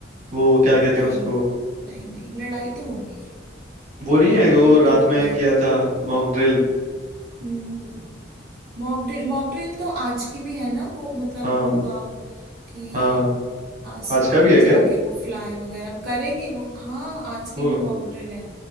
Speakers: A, on the right; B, on the right.
A: वो क्या कहते
B: नहीं
A: हैं उसको
B: नहीं नहीं लड़ाई तो होगी
A: वो नहीं है वो
B: वो
A: रात
B: तो होगी
A: में किया था Mock drill
B: हम्म हम्म। मॉक ड्रिल मॉक ड्रिल तो आज की भी है ना वो मतलब
A: हाँ
B: होगा कि
A: हाँ
B: आसमान
A: आज का भी
B: में
A: है क्या
B: जाके वो फ्लाई वगैरह करेंगे वो हाँ आज की
A: वो
B: भी मॉक ड्रिल है